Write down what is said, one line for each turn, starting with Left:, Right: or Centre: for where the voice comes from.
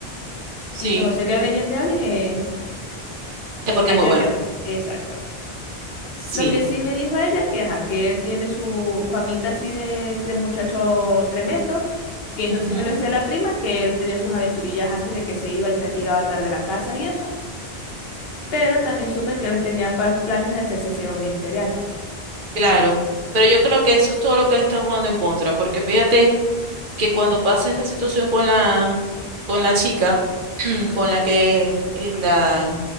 Right: sí,
Left: Y que José le hable bien de alguien, eh,
Right: es porque
Left: ahí
Right: es muy
Left: tiene
Right: bueno.
Left: que... Exacto.
Right: Sí.
Left: Lo que sí me dijo ella que, ajá, que él tiene su famita así de, de muchacho tremendo, que eso
Right: Ujú.
Left: sí me lo decía la prima, que él tenía sus aventurillas antes de que se iba y se- llegaba tarde a la casa y eso, pero también supe que él tenía pa- planes de hacerse siervo ministerial.
Right: Claro, pero yo creo que eso es todo lo que le está jugando en contra, porque fíjate que cuando pasa esta situación con la, con la chica, <clears throat> con la que eh, la,